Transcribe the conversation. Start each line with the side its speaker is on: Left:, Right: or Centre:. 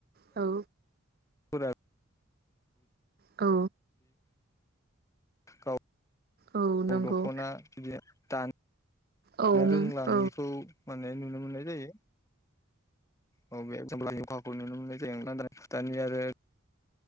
Right: औ
Left: फोरा
Right: औ
Left: गाव
Right: औ नंगौ
Left: दखना बिदि दानो
Right: औ
Left: नो रोंलाङिखौ
Right: औ
Left: माने नुनो मोननाय जायो। औ बे <unintelligible> नुनो मोननाय जाया लान्दां खोथानि आरो